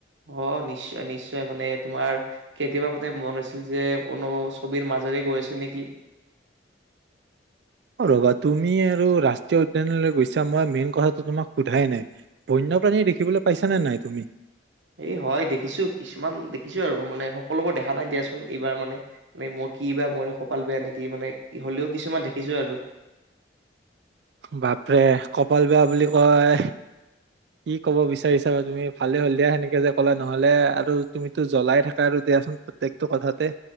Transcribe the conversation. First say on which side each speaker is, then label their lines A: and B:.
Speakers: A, on the right; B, on the right.
A: অ নিশ্চয় নিশ্চয় মানে তোমাৰ কেতিয়াবা মানে মন হৈছিল যে কোনো ছবিৰ মাজৰে গৈ আছো নেকি
B: অ ৰবা তুমি আৰু ৰাষ্ট্ৰীয় উদ্যানলৈ গৈছা মই মেইন কথাটো তোমাক সোধাই নাই বন্যপ্ৰাণী দেখিবলৈ পাইছানে নাই তুমি
A: এই হয় দেখিছো কিছুমান দেখিছো আৰু মানে সকলোবোৰ দেখা নাই দিয়াচোন এইবাৰ মানে মানে মোৰ কি বা মই কপাল বেয়া নেকি মানে কি হলেও কিছুমান দেখিছো আৰু
B: বাপৰে কপাল বেয়া বুলি কয় কি কব বিচাৰিছা বাৰু তুমি ভালে হল দিয়া সেনেকে যে কলা নহলে আৰু তুমিতো জ্বলাই থাকা আৰু দিয়াচোন প্ৰতেয়েকটো কথাতে